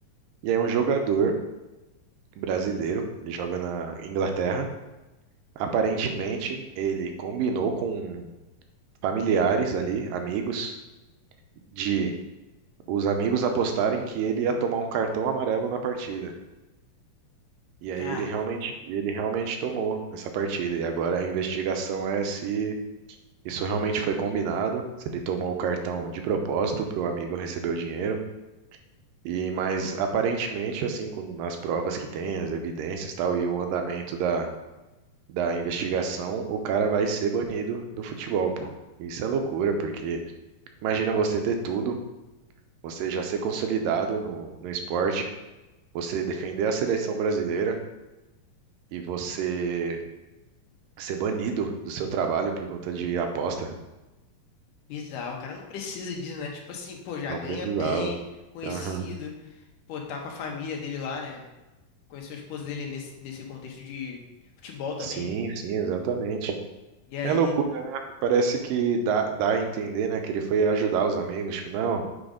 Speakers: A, on the right; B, on the left.
A: E aí um jogador brasileiro, ele joga na Inglaterra. Aparentemente, ele combinou com familiares ali, amigos, de os amigos apostarem que ele ia tomar um cartão amarelo na partida. E
B: Caramba.
A: aí ele realmente, ele realmente tomou nessa partida. E agora a investigação é se Isso realmente foi combinado. se Ele tomou o cartão de propósito para o amigo receber o dinheiro. E mas aparentemente, assim, com as provas que tem, as evidências, e tal, e o andamento da, da investigação, o cara vai ser banido do futebol, pô. Isso é loucura, porque imagina você ter tudo, você já ser consolidado no, no esporte, você defender a seleção brasileira e você ser banido do seu trabalho por conta de aposta.
B: Bizarro, o cara não precisa disso, né? Tipo assim, pô, já
A: Não
B: ganha
A: precisava.
B: bem, conhecido,
A: Aham.
B: pô, tá com a família dele lá, né? Conheceu a esposa dele nesse, nesse contexto de futebol também.
A: Sim, sim, exatamente.
B: E aí,
A: É loucura, né? Parece que dá, dá a entender, né, que ele foi ajudar os amigos, tipo, não,